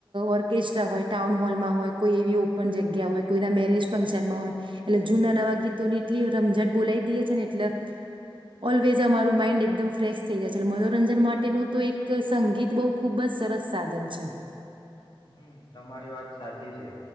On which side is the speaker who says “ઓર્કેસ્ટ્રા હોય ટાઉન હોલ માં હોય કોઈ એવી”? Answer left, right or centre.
Right